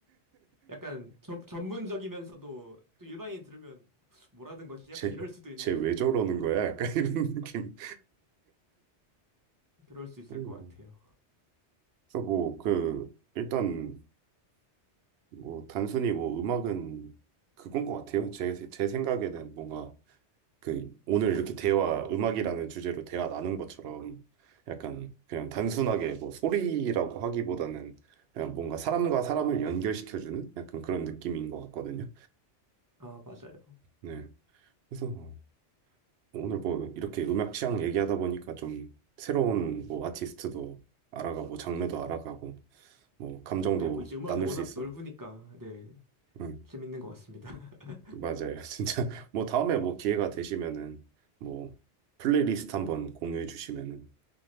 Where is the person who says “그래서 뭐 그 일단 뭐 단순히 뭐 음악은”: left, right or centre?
Right